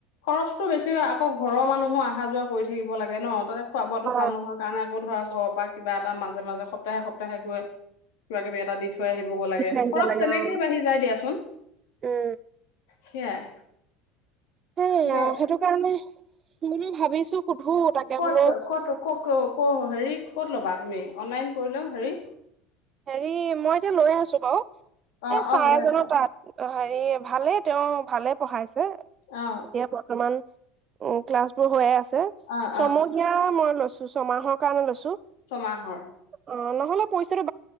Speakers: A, on the left; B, on the right.
A: খৰচটো বেছি হয় আকৌ ঘৰৰ মানুহো অহা যোৱা কৰি থাকিব লাগে ন তাতে খুৱাবাতো
B: অ
A: ভাল নহয় কাৰণে আকৌ ধৰা ঘৰ পৰা কিবা এটা মাজে মাজে সপ্তাহে সপ্তাহে গৈ কিবা কিবি এটা দি থ থৈ আহিবগৈ লাগে
B: বিচাৰি আহিব
A: খৰচ
B: লাগে
A: তেনেকেই
B: অ
A: বাঢ়ি যায় দিয়াচোন
B: উম
A: সেয়াই
B: সেইয়া
A: দিয়া
B: সেইটো কাৰণে বোলো ভাবিছো সুধো তাকে
A: ক'ত
B: বোলো
A: ক'ত ক ক ক হেৰি ক'ত ল'বা তুমি অনলাইন কৰিলেও হেৰি
B: হেৰি মই এতিয়া লৈ আছো বাৰু
A: অ
B: এ চাৰ
A: অ লৈ
B: এজনৰ
A: আছা
B: তাত অ হেৰি ভালে তেওঁ ভালে পঢ়াইছে ছে এতিয়া
A: অ
B: বৰ্তমান উ ক্লাছ বোৰ হৈয়ে আছে যে
A: অ
B: ছমহীয়া
A: অ
B: মই ছো ছমাহৰ কাৰণে লৈছোঁ
A: ছমাহৰ
B: অ নহ'লে পইচাকে